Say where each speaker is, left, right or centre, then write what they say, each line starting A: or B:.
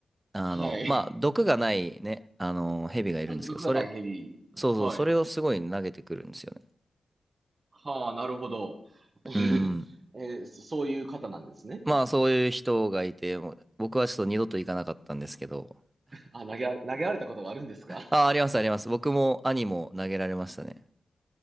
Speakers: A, on the right; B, on the right.
A: <laughs>
B: あの、
A: はい。
B: まあ、毒がないね、あの、蛇がいるんですけど、
A: あ、毒がない蛇。
B: それ、そうそう、
A: はい。
B: それをすごい投げてくるんですよね。
A: はあ、なるほど。<laughs>
B: うん。
A: えー、そそういう方なんですね。
B: まあ、そういう人がいて、もう僕はちょっと二度と行かなかったんですけど。
A: あ、投げられ、投げられたことがあるんですか
B: あ、ありますあります。僕も兄も投げられましたね。